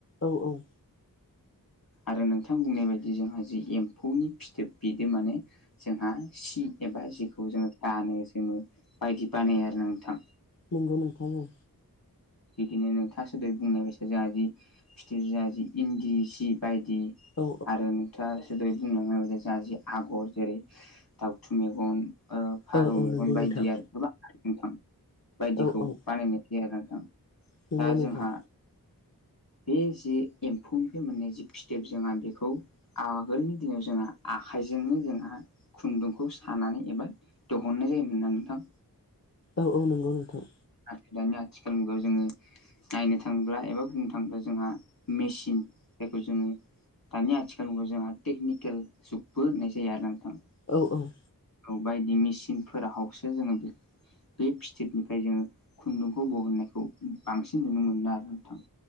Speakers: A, on the left; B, on the left.
A: औ औ
B: आरो नोंथां बुंनाय बायदि जोंहा जि एम्फौनि फिथोब बिदो माने जोंहा सि एबा जिखौ जोङो दानो जोमो बायदि बानायो आरो ना नोंथां।
A: नंगौ नोंथां औ।
B: बिदिनो नोंथां सोदो बुंनाय बायसा जोंहा जि फिथोब जोंहा जि इन्दि सि बायदि
A: औ
B: आरो नोंथाङा एसे दहाय बुंलांनाय बादि जोंहा जि आगर जेरै दाउथु मेगन ओ
A: औ
B: फारौ
A: औ
B: मेगन
A: नंगौ नोंथां
B: बायदि आरो गोबां नोंथां बायदिखौ
A: औ औ
B: बानायनाय आरोना नोंथां
A: नंगौ
B: दा
A: नोंथां
B: जोंहा बे जि एम्फौनिफ्राय मोननाय जि फिथोब जोंहा बेखौ आगोलनि दिनाव जोंहा आखाइजोंनो जोंहा खुन्दुंखौ सानानै एबा दिहुननाय जायोमोनना नोंथां।
A: औ औ नंगौ नोंथां।
B: आ दानि आथिखाल मुगायाव जोङो नायनो थांब्ला एबा बुंनो थाङोब्ला जोंहा मेचिन जायखौ जोङो दानि आथिखाल मुगाखौ जोंहा टेकनिकेल जुगबो होननाय जायो आरोना नोंथां।
A: औ औ
B: औ बायदि मिसिनफोर हावसो जोङो बे बे फिथोबनिफ्राय जोङो खुन्दुंखौ बहननायखौ बांसिन नुनो मोनो आरो नोंथां